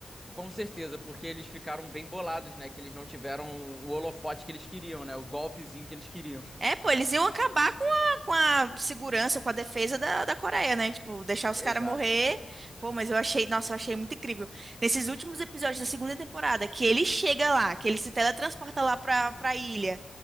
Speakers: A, in the centre; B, on the right.
A: Com certeza, porque eles ficaram bem bolados, né? Que eles não tiveram o holofote que eles queriam, né? O golpezinho que eles queriam.
B: É, pô, eles iam acabar com a, com a segurança, com a defesa da, da Coreia, né? Tipo, deixar os
A: Exato.
B: caras morrer. Pô, mas eu achei, nossa, eu achei muito incrível. Nesses últimos episódios da segunda temporada, que ele chega lá, que ele se teletransporta lá pra, pra ilha,